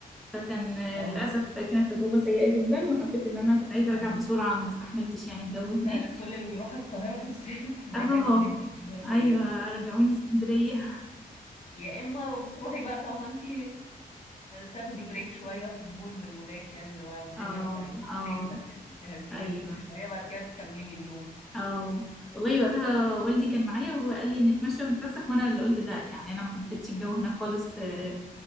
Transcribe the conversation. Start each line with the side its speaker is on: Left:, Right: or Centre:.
Centre: فكان آه،
Left: اه
Centre: للأسف كانت تجربة سيئة جدا وحبيت إن أنا كنت عايزة أرجع
Left: ايوه
Centre: بسرعة ما استحملتش يعني الجو هناك
Left: فعلا كل اللي بيروح القاهرة في الصيف <laughs> بيحس
Centre: اه
Left: ان هي تجربة سيئة
Centre: أيوة رجعوني اسكندرية
Left: يا اما بتروحي بقى فاهمه انت تاخدي بريك شويه في مول من المولات يعني بيبقى الدنيا
Centre: اه
Left: مكيفه
Centre: اه
Left: تهدى يعني تهدي
Centre: أيوة
Left: جسمك شويه بعد كده تكملي اليوم
Centre: اه والله وقتها والدي كان معايا وهو قال لي نتمشى ونتفسح وأنا اللي قلت لا يعني أنا ما حبيتش الجو هناك خالص آه،